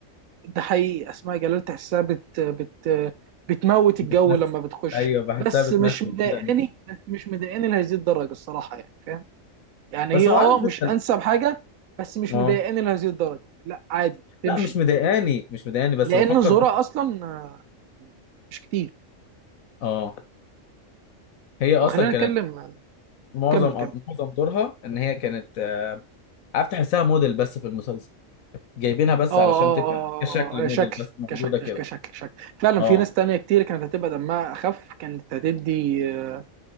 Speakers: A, on the right; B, on the left.
A: ده حقيقي اسماء جلال تحسها بت بت بتموت الجو
B: بتمثل
A: لما بتخش
B: ايوه بحسها
A: بس
B: بتمثل
A: مش مضايقاني
B: كده مش
A: بس مش مضايقاني لهذه الدرجة الصراحة يعني فاهم؟ يعني
B: بس
A: هي
B: هو
A: اه
B: عارف انت
A: مش
B: ال-
A: انسب حاجة بس مش
B: اه
A: مضايقاني لهذه الدرجة لا عادي تمشي
B: لا مش مضايقاني مش مضايقاني بس
A: لان
B: بفكر
A: زورا
B: بس
A: اصلا آه، مش كتير
B: اه هي
A: طب
B: اصلا
A: خلينا
B: كانت
A: نتكلم
B: معظم
A: كمل كمل
B: معظم دورها ان هي كانت آه، عارف تحسها موديل بس في المسلسل جايبينها بس
A: اه
B: علشان
A: اه
B: تبقى
A: اه آه،
B: كشكل
A: آه، آه،
B: موديل
A: شكل
B: بس موجوده
A: كشكل
B: كده
A: كشكل شكل فعلا
B: اه
A: في ناس تانية كتير كانت هتبقى دمها اخف كانت هتدي آه،